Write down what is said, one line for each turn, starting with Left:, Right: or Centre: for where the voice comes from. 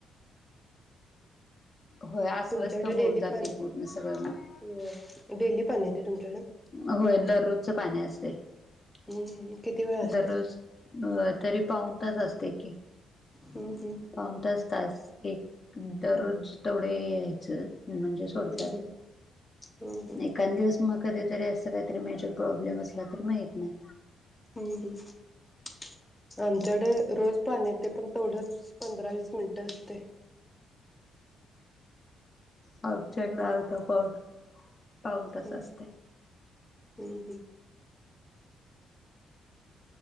Left: होय अस्वस्थ
Centre: तुमच्याकडे
Left: होऊन
Centre: डेली
Left: जाते
Centre: पाणी येतय
Left: पूर्ण सगळं मग
Centre: डेली पाणी येतय तुमच्याकड
Left: होय दररोजचं पाणी असतय
Centre: हम्म हम्म किती वेळा असते
Left: दररोज अ तरी पाऊन तास असतय की
Centre: हम्म हम्म
Left: पाऊनतास तास एक दररोज तेवढ ये यायचं म्हणजे सोडत्यातच,
Centre: हम्म हम्म हम्म
Left: एकांद दिवस मग कधीतरी अस काहीतरी मेजर प्रॉब्लेम असला तर माहीत नाही
Centre: हम्म हम् आमच्याकडे रोज पाणी येतय पण तेवढंच पंधरा वीस मिनटं असतय.
Left: आमच्या कड अर्धा -पाउन पाऊन तास
Centre: हम्म
Left: असतय.
Centre: हम्म